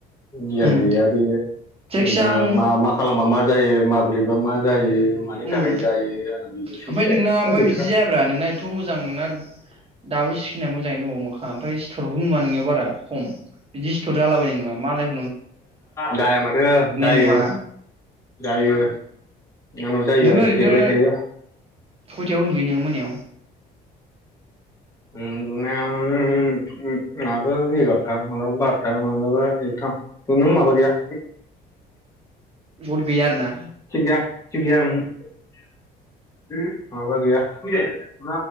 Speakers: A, on the left; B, on the right.
A: गियान
B: उम
A: गैया बे जेनेबा
B: जायखिजाया आं
A: मा मा खालामबा मा जायो माबोरैबा मा जायो मानि
B: उम
A: थाखाय
B: ओमफ्राय
A: जायो आरो बिनि सोमोन्दै
B: नोंना
A: एथ'
B: ओमफ्राय
A: गैथारा
B: बिदि जायाब्रा नोंना एथ मोजां नोंना दाबो सिकेन आ मोजाङै दं मोखांङा ओमफ्राय सिथरबो नुङा नोंनियाव बारा खम बिदि सिथर जालाबायनाय नुङा मालाय
A: जाया माथो जायो
B: नुवा
A: जायो आंनाव जायो
B: नोङो
A: आं
B: ओरैनो
A: सेरबाय थायो
B: खयथायाव उन्दुयो नोङो मोनायाव
A: उन्दुनाया उम मालाबा एगारथा माब्लाबा बारथा माबलाबाथ खुनु माबा गैया
B: बहथ बियो आरो ना
A: थिग गैया थिग गैया ओंहो। माबा गैया <unintelligible>